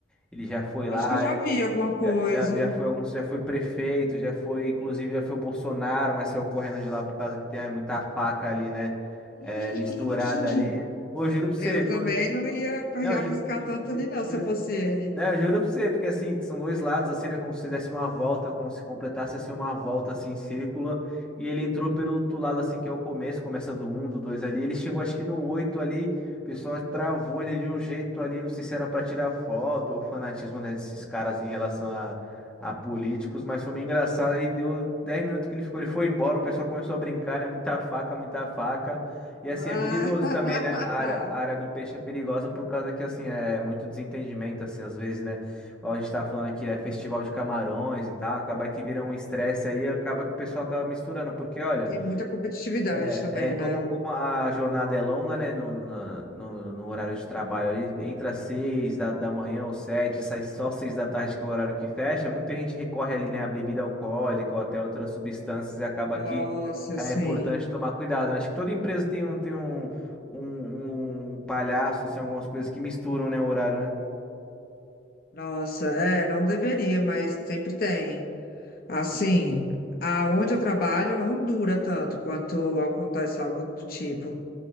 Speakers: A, in the centre; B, on the left (about 55°).
A: Ele já foi
B: Eu
A: lá,
B: acho que eu já vi alguma coisa.
A: já, já, já foi alguns, já foi prefeito, já foi, inclusive, já foi o Bolsonaro, mas saiu correndo de lá por causa que tem ah, muita faca ali, né?
B: <laughs>
A: É, misturada ali. Ô, juro pra
B: Eu
A: você,
B: também
A: foi,
B: não
A: foi-
B: ia
A: não,
B: ia
A: ju,
B: arriscar
A: ju,
B: tanto
A: ju-
B: ali, não,
A: juro,
B: se eu fosse ele.
A: né, eu juro pra você, porque assim, são dois lados, assim, né? Como se desse uma volta, como se completasse assim uma volta assim em círculo. E ele entrou pelo outro lado, assim, que é o começo, começa do um do 2 ali. Ele chegou acho que no 8 ali o pessoal travou ele de um jeito ali, não sei se era pra tirar foto ou fanatismo, né, desses caras em relação a, a políticos, mas foi meio engraçado. Aí deu 10 minutos que ele ficou, ele foi embora, o pessoal começou a brincar, né? Muita faca, muita faca. E assim,
B: Ah,
A: é perigoso também, né? A área, a área do peixe é perigosa por causa que, assim, é muito desentendimento, assim, às vezes, né? Igual a gente tá falando aqui, é festival de camarões e tal, acaba que vira um estresse aí, acaba que o pessoal acaba misturando, porque,
B: <laughs>
A: olha.
B: Tem muita competitividade
A: É,
B: também,
A: é como,
B: né?
A: como a jornada é longa, né? No, na- no, no horário de trabalho ali, entra às seis da, da manhã ou sete, sai só seis da tarde, que é o horário que fecha. Muita gente recorre ali, né, à bebida alcoólica ou até outras substâncias e acaba
B: Nossa,
A: que é
B: sim.
A: importante tomar cuidado, né? Acho que toda empresa tem um, tem um, um, um palhaço, assim, algumas coisas que misturam, né, o horário, né?
B: Nossa, é, não deveria, mas sempre tem. Assim, aonde eu trabalho não dura tanto quanto acontece algo do tipo.